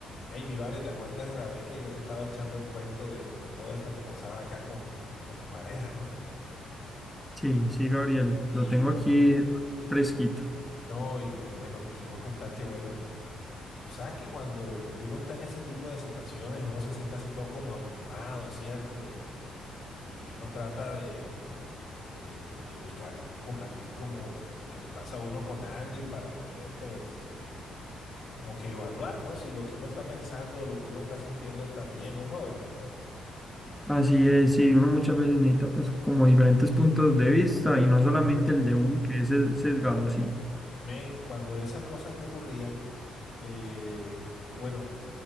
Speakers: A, on the left; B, in the centre.
A: Hey, mi vale, ¿te acuerdas de la vez que yo te estaba echando el cuento de, de todo esto que pasaba acá con, con mi pareja, ¿no?
B: Sí, sí, Gabriel,
A: Y
B: lo tengo aquí fresquito.
A: no, y pues bueno, te quiero contar que bueno, tú sabes que cuando uno está en ese tipo de situaciones, uno se siente así todo como abrumado, ¿cierto? Y, y, y uno trata de, de, de buscar compartir como lo que le pasa a uno con alguien para poder, pues, como que evaluar, ¿no? Si lo que uno está pensando o lo que uno está sintiendo está bien o no, ¿verdad?
B: Así es, sí, uno muchas veces necesita pues como diferentes puntos de vista y no
A: Claro.
B: solamente el de uno que es ses- sesgado, sí.
A: Men, cuando esas cosas me ocurrían, eh, bueno,